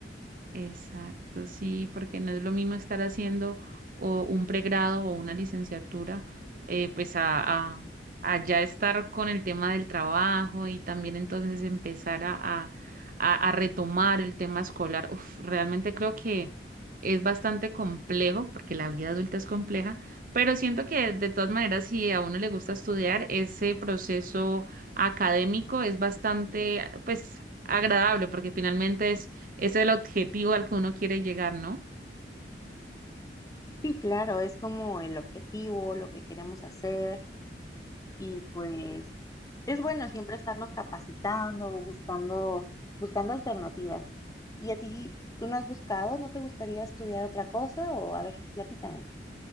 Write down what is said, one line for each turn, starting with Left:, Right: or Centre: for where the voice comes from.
Right: Exacto, sí, porque no es lo mismo estar haciendo o un pregrado o una licenciatura, eh, pues a, a, a ya estar con el tema del trabajo y también entonces empezar a, a, a- a retomar el tema escolar. Uf, realmente creo que es bastante complejo, porque la vida adulta es compleja, pero siento que de todas maneras, si a uno le gusta estudiar, ese proceso académico es bastante, pues, agradable, porque finalmente ese es el objetivo al que uno quiere llegar, ¿no?
Left: Sí, claro, es como el objetivo, lo que queremos hacer, Y pues es bueno siempre estarnos capacitando, buscando, buscando alternativas. ¿Y a ti, tú no has buscado? ¿No te gustaría estudiar otra cosa? O a ver, platícame.